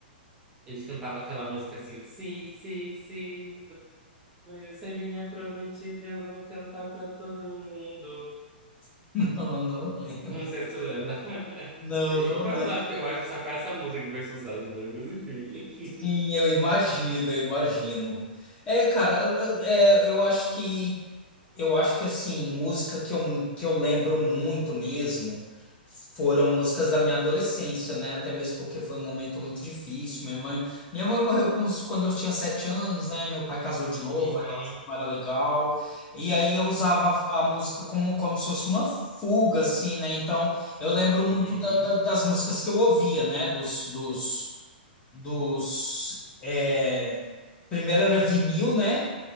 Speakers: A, on the right; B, on the left.
A: eles cantavam aquela música assim, sim, sim, sim, você é minha prometida, eu vou cantar pra todo mundo.
B: <laughs> Não, não lembro.
A: Não sei se tu lembra. <laughs>
B: Não, não
A: Eu
B: lembro.
A: acho que eu acho que só foi essa música que fez sucesso, né? mas enfim.
B: Sim,
A: <laughs>
B: eu imagino, eu imagino. É, cara, eu- é, eu acho que. Eu acho que assim, música que eu, que eu lembro muito mesmo foram músicas da minha adolescência, né? Até mesmo porque foi um momento muito difícil. Minha mãe, minha mãe morreu com uns- quando eu tinha sete anos, né? Meu pai casou de novo,
A: Uhum,
B: a relação não era legal. E aí eu usava a, a música como, como se fosse uma fuga, assim, né? Então eu lembro
A: uhum,
B: muito da- da- das músicas que eu ouvia, né? Dos, dos, dos, é, Primeiro era vinil, né?